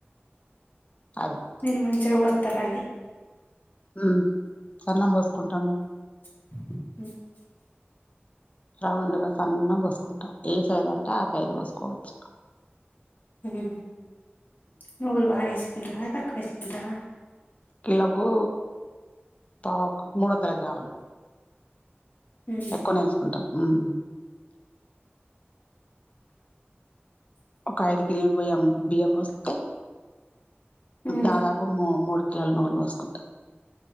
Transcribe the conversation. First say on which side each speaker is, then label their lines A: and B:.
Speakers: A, on the left; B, on the left.
A: అది
B: నిరమ చేగ పోస్తారండి
A: ఉమ్ సన్నం పోస్కుంటం మేమ్
B: <inaudible>
A: రౌండ్గా సన్నం పోస్కుంటం ఏ సైజ్ అంటే ఆ సైజు పోస్కోవచ్చు
B: ఊమ్ నువుల్ బ ఏసు జాదక్ వేస్కుంటరా
A: కిలోకు పావ్క్ మూడందల గ్రాములు
B: ఉహు.
A: ఎక్కునే ఏస్కుంటం ఉమ్ ఒకయుదుకిల్ బియ్యం బియం పోస్తె
B: ఉమ్
A: దాదాపు ము మూడ్ ల్ నువ్వులు పొస్కుంటం